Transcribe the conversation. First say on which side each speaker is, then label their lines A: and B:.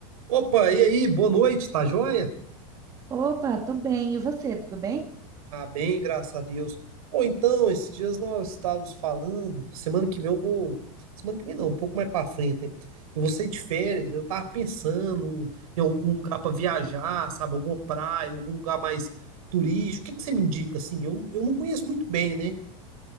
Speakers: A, on the right; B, on the right.
A: Opa, e aí, boa noite, tá joia?
B: Opa, tô bem. E você, tudo bem?
A: Ah, bem, graças a Deus. Ou então, esses dias nós estávamos falando, semana que vem eu vou, semana que vem não, um pouco mais pra frente, né? Eu vou sair de férias, eu tava pensando em algum lugar pra viajar, sabe, alguma praia, algum lugar mais turístico. O que que você me indica, assim? Eu, eu não conheço muito bem, né?